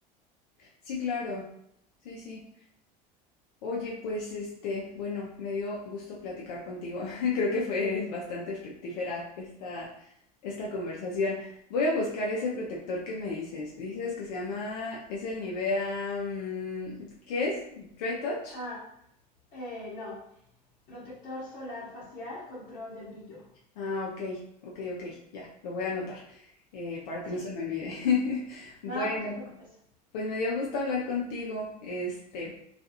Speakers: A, on the left; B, on the left.
A: Sí, claro, sí, sí. Oye, pues este, bueno, me dio gusto platicar contigo. <laughs> Creo que fue bastante fructífera esta, esta conversación. Voy a buscar ese protector que me dices. Dices que se llama, es el Nivea, mm, ¿qué es? Dry Touch.
B: Ah, Eh, no. Protector solar facial, control de brillo.
A: Ah, ok, ok, ok, ya, lo voy a anotar eh, para
B: Sí.
A: que no se me olvide. <laughs> Bueno,
B: No, no te preocupes.
A: pues me dio gusto hablar contigo. Este,